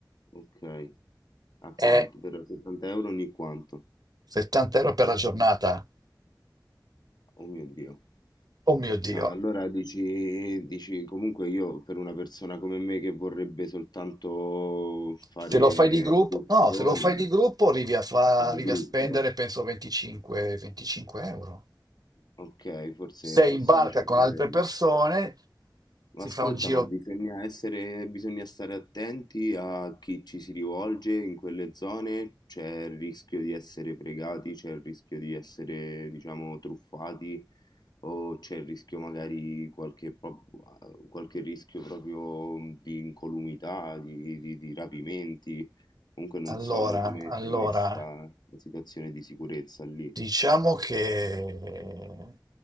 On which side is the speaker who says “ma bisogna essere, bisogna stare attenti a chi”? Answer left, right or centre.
Left